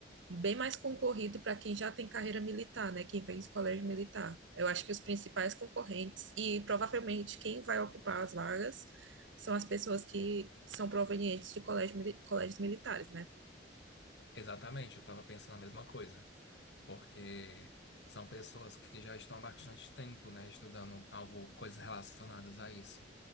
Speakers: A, on the right (about 80°); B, on the left (about 65°).
A: bem mais concorrido para quem já tem carreira militar, né? Quem vem de colégio militar. Eu acho que os principais concorrentes e provavelmente quem vai ocupar as vagas são as pessoas que são provenientes de colégio, mili- colégios militares, né?
B: Exatamente, eu estava pensando a mesma coisa, porque são pessoas que já estão há bastante tempo, né, estudando algo, coisas relacionadas a isso,